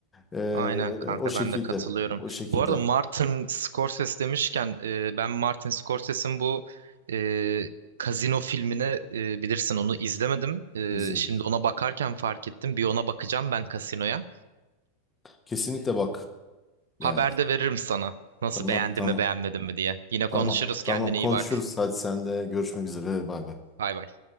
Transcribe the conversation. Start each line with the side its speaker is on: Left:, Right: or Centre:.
Left: Ee,
Right: Aynen kanka
Left: o şekilde.
Right: ben de katılıyorum.
Left: O şekilde.
Right: Bu arada Martin Scorsese demişken e, ben Martin Scorsese'in bu e, Casino filmini e, bilirsin onu izlemedim. E,
Left: izin.
Right: şimdi ona bakarken fark ettim. Bir ona bakacağım ben Casino'ya.
Left: Kesinlikle bak. Yani.
Right: Haber de veririm sana. Nasıl
Left: Tamam,
Right: beğendi
Left: tamam.
Right: mi beğenmedi mi diye. Yine
Left: Tamam,
Right: konuşuruz
Left: tamam.
Right: kendine
Left: Konuşuruz.
Right: iyi bak.
Left: Hadi sen de görüşmek üzere. Bay bay.
Right: Bay bay.